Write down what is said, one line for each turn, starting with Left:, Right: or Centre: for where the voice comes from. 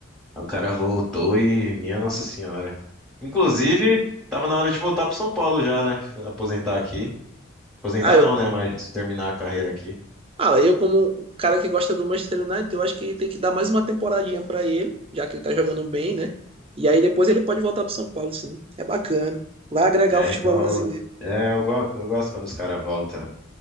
Centre: Aí o cara voltou e, minha Nossa Senhora. Inclusive, tava na hora de voltar pro São Paulo já, né? Aposentar aqui. Aposentar
Right: Ah, eu,
Centre: não, né? Mas terminar a carreira aqui.
Right: Ah, eu como cara que gosta do Manchester United, eu acho que tem que dar mais uma temporadinha pra ele, já que ele tá jogando bem, né? E aí depois ele pode voltar pro São Paulo, sim. É bacana. Vai agregar
Centre: É,
Right: o futebol
Centre: então,
Right: brasileiro.
Centre: eu- é, eu gosto, eu gosto quando os caras voltam